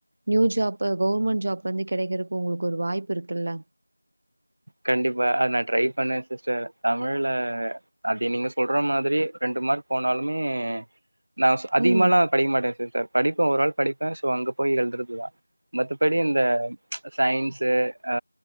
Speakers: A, on the right (about 35°); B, on the right (about 65°).
A: new job government job வந்து கிடைக்கறதுக்கு உங்களுக்கு ஒரு வாய்ப்பு இருக்கு இல்ல.
B: கண்டிப்பா அ நான் ட்ரை பண்ண சிஸ்டர் தமிழ்ல அத நீங்க சொல்ற மாதிரி ரெண்டு மார்க் போனாலுமே. நான் அதிகமலாம்
A: ம்
B: படிக்க மாட்டேன் சிஸ்டர் படிப்ப ஒராள். படிப்பேன் சோ அங்க போய் எழுதுறதுதான் மத்தபடி இந்த சயின்ஸு ஆ